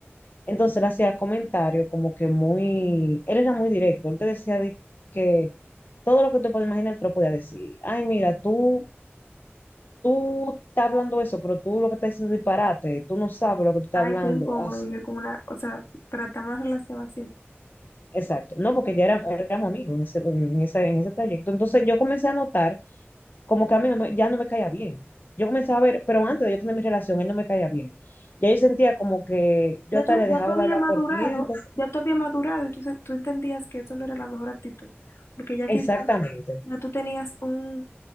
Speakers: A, on the left (about 45°); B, on the left (about 75°).
A: Entonces él hacía comentarios como que muy, él era muy directo. Él te decía de que todo lo que tú puedes imaginar, él te lo podía decir. Ay, mira, tú, tú estás hablando eso, pero tú lo que estás diciendo es disparate. Tú no sabes lo que tú estás
B: Ay,
A: hablando.
B: qué incómodo
A: Así.
B: vivir con una, o sea, tratar una relación así.
A: Exacto, no, porque ya era- éramos amigos en ese, en ese, en ese trayecto. Entonces yo comencé a notar como que a mí no me- ya no me caía bien. Yo comencé a ver, pero antes de yo tener mi relación, él no me caía bien. Ya yo sentía como que yo
B: Ya
A: hasta
B: tú,
A: le
B: ya
A: dejaba
B: tú habías
A: de hablar
B: madurado,
A: por tiempo.
B: ya tú habías madurado, y tú se- tú entendías que eso no era la mejor actitud, porque ya quizás
A: Exactamente,
B: ya tú tenías un